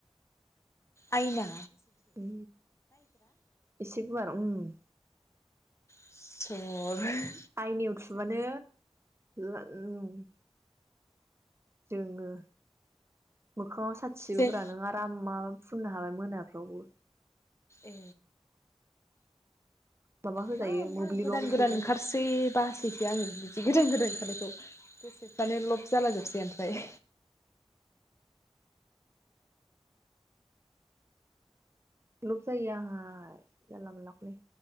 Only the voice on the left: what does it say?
आयना
इसर
जेन
ए
मा-मा
गोदान-गोदान
ओंखारसै बासैसो आङो बिदि गोदान -गोदान ओंखारनायखौ गोसोफ्रानो लब जालाजोबसै ओफ्राय